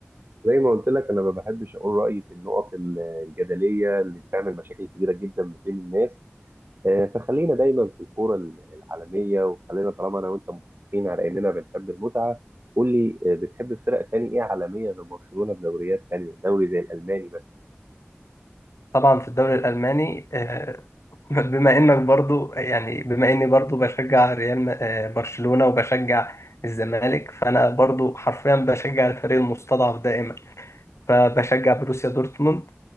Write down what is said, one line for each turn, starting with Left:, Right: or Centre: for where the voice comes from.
Right: زي ما قلت لك انا ما بحبش اقول رايي في النقط ال- الجدليه اللي بتعمل مشاكل كبيره جدا ما بين الناس آه، فخلينا دايما في الكوره ال- العالميه وخلينا طالما انا وانت متفقين على اننا بنحب المتعه قول لي آه، بتحب فرق تاني ايه عالميه غير برشلونه بدوريات تانيه دوري زي الالماني مثلا
Left: طبعا في الدوري الالماني آه، <laughs> بما انك برضو يعني بما اني برضو بشجع ريال م- آه، برشلونة وبشجع الزمالك فانا برضو حرفيا بشجع الفريق المستضعف دائما فبشجع بروسيا دورتموند